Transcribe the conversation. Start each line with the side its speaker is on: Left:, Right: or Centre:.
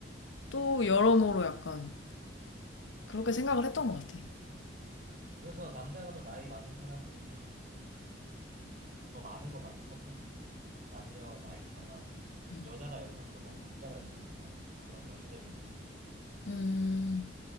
Left: 또 여러모로 약간 그렇게 생각을 했던 것 같아.
Right: 그래서 남자가 더 나이 많은 사람들이 더 많은 것 같아, 커플 중에. 남녀 나이 차가
Left: 음,
Right: 여자가 연상보단 남자가 연상이 더 많은 것 같아. 그런 경제적인 문제 때문에.
Left: 음,